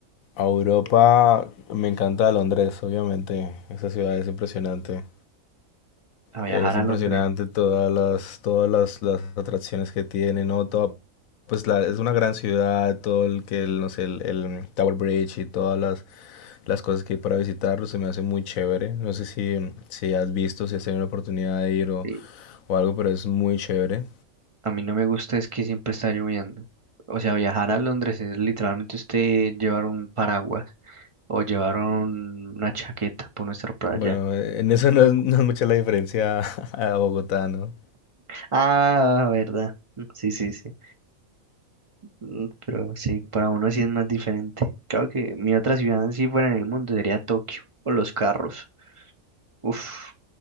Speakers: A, on the left; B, on the right.
A: a Europa me encanta Londres, obviamente, esa ciudad es impresionante.
B: a viajar
A: Es
B: a
A: impresionante
B: Londres.
A: todas las, todas las, las atracciones que tiene, ¿no? Toda, pues la, es una gran ciudad, todo el que, el, no sé, el, el Tower Bridge y todas las, las cosas que hay para visitar, pues, se me hace muy chévere. No sé si, si has visto, si has tenido la oportunidad de ir o,
B: Sí,
A: o algo, pero es muy chévere.
B: A mí no me gusta es que siempre está lloviendo. O sea, viajar a Londres es literalmente usted llevar un paraguas o llevar un- una chaqueta por no estar para
A: Bueno,
B: allá.
A: eh, en eso <laughs> no es, no es mucha la diferencia <laughs> a Bogotá, ¿no?
B: Ah, verdad. Sí, sí, sí. Mm, Pero sí, para uno sí es más diferente. Claro que mi otra ciudad, si fuera en el mundo, sería Tokio, o los carros. Uf,